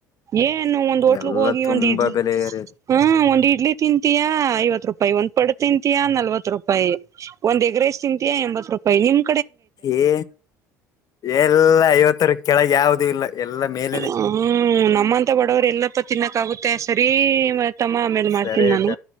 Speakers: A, on the right (about 35°); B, on the left (about 40°).
A: ಎ ಏನು ಒಂದ್ ಹೋಟ್ಲಗ್
B: ಎಲ್ಲ
A: ಹೋಗಿ
B: ತುಂಬಾ
A: ಒಂದ್ ಇಡ್ಲಿ
B: ಬೆಲೆ ಏರಿ
A: ಹಾ ಒಂದ್ ಇಡ್ಲಿ ತಿಂತೀಯಾ ಐವತ್ ರೂಪಾಯಿ ಒಂದ್ ಪಡ್ ತಿಂತಯಾ ನಲ್ವತ್ ರೂಪಾಯಿ ಒಂದ್ ಎಗ್ರಸ್ ತಿಂತಿಯಾ ಎಂಬತ್ ರೂಪಾಯಿ ರೂಪಾಯಿಮ್
B: ಏ ಎಲ್ಲಾ ಐವತ್ತರ ಕೆಳಗೆ ಯಾವ್ದ ಯಾವುದು ಇಲ್ಲ. ಎಲ್ಲ ಮೇಲೆನೆ
A: ಹ್ಮ ನಮ್ಮಂತ ಬಡವ ಎಲ್ಲಪ್ಪ ತಿನ್ನಕ್ಕ ಆಗುತ್ತೆ ಸರಿ, ಮತ್ತೆ ಉತ್ತಮ್ಮ ಆಮೇಲೆ ಮಾಡ್ತೀನಿ
B: ಸರಿ ಅಕ್ಕ
A: ನಾನು